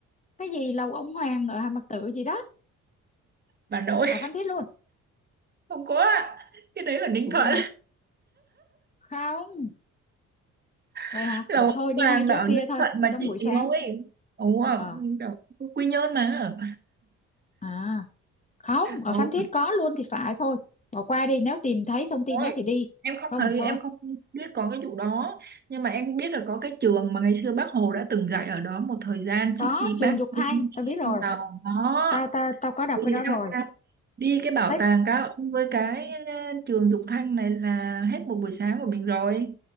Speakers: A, on the left; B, on the right.
A: cái gì lầu ông Hoàng ở Hàn Mặc Tử gì đó
B: Bà nội
A: ở Phan Thiết luôn
B: <laughs> không có ạ. cái đấy ở Ninh
A: Ủa
B: Thuận
A: vậy hả không vậy
B: <laughs>
A: hả
B: lầu
A: vậy thôi đi
B: hoàng
A: hai chỗ
B: là ở
A: kia
B: Ninh
A: thôi
B: Thuận mà
A: trong
B: chị
A: buổi sáng
B: ngồi ấy ồ à,
A: ờ
B: kiểu Quy Nhơn mà
A: à không ở
B: ồ
A: Phan Thiết có luôn thì phải thôi bỏ qua đi nếu tìm thấy thông tin
B: rồi
A: đó thì đi
B: em không
A: không
B: thấy
A: thôi
B: em không biết có cái vụ đó nhưng mà em biết là có cái trường mà ngày xưa bác Hồ đã từng dạy ở đó một thời gian
A: có
B: trước khi
A: Trường
B: bác
A: Dục Thanh
B: đi
A: tao biết rồi
B: tàu đó
A: tao tao tao có đọc
B: đi
A: cái đó rồi
B: tham quan đi cái bảo
A: thích
B: tàng cá ông với cái ờ, trường Dục Thanh này là hết một buổi sáng của mình rồi